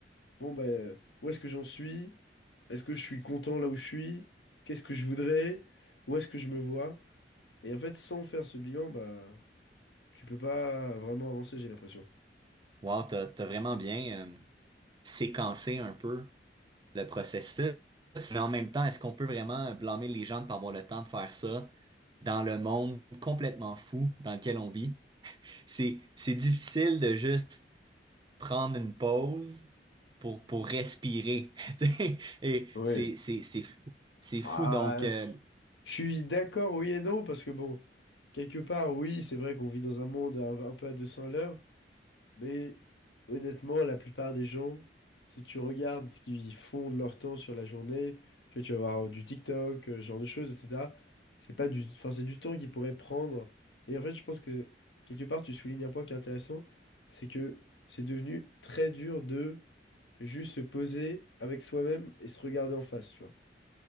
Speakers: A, on the left; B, on the right.
A: bon, bah, où est-ce que j'en suis? Est-ce que je suis content là où je suis? Qu'est-ce que je voudrais? Où est-ce que je me vois? Et en fait, sans faire ce bilan, bah, tu peux pas vraiment avancer, j'ai l'impression.
B: Wow, t'as, t'as vraiment bien, euh, séquencé un peu le processus. Mais en même temps, est-ce qu'on peut vraiment blâmer les gens de pas avoir le temps de faire ça dans le monde complètement fou dans lequel on vit? C'est, c'est difficile de juste prendre une pause pour, pour respirer. <laughs> tu sais. Et
A: Ouais.
B: c'est, c'est, c'est fou. C'est
A: Ah,
B: fou. Donc, euh,
A: je suis d'accord, oui et non, parce que bon, quelque part, oui, c'est vrai qu'on vit dans un monde un, un peu à 200 à l'heure, mais honnêtement, la plupart des gens, si tu regardes ce qu'ils font de leur temps sur la journée, tu vois, tu vas voir euh, du TikTok, euh, ce genre de choses, etc. C'est pas du, enfin, c'est du temps qu'ils pourraient prendre. Mais en fait, je pense que quelque part, tu soulignes un point qui est intéressant, c'est que c'est devenu très dur de juste se poser avec soi-même et se regarder en face, tu vois.